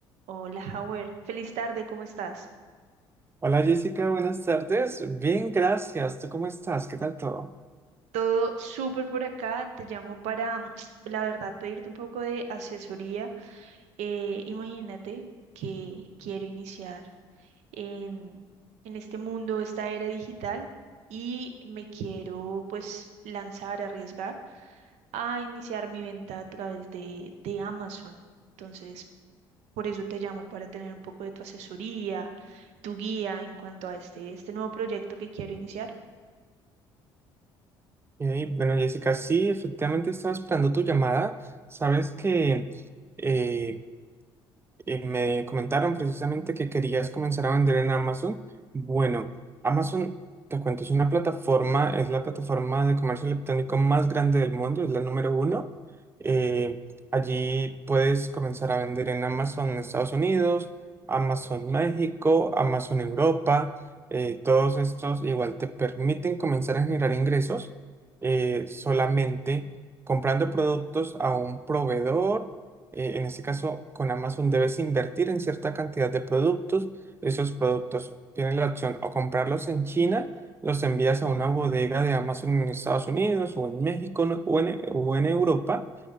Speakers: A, on the right (about 65°); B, on the right (about 20°).
A: Hola, Howard. Feliz tarde, ¿cómo estás?
B: Hola Jessica, buenas tardes. Bien, gracias. ¿Tú cómo estás? ¿Qué tal todo?
A: Todo súper por acá. Te llamo para, <sniffs> mm, la verdad, pedirte un poco de asesoría. Eh, imagínate que quiero iniciar en, en este mundo, esta era digital, y me quiero pues lanzar, arriesgar a iniciar mi venta a través de, de Amazon. Entonces, por eso te llamo, para tener un poco de tu asesoría, tu guía en cuanto a este, este nuevo proyecto que quiero iniciar.
B: Ey, bueno, Jessica, sí, efectivamente estaba esperando tu llamada. Sabes que eh, eh, me comentaron precisamente que querías comenzar a vender en Amazon. Bueno, Amazon, te cuento, es una plataforma, es la plataforma de comercio electrónico más grande del mundo, es la número uno. Eh, allí puedes comenzar a vender en Amazon Estados Unidos, Amazon México, Amazon Europa. eh, todos estos igual te permiten comenzar a generar ingresos eh, solamente comprando productos a un proveedor eh, en este caso, con Amazon debes invertir en cierta cantidad de productos. Esos productos tienes la opción o comprarlos en China, los envías a una bodega de Amazon en Estados Unidos o en México no- o en, o en Europa.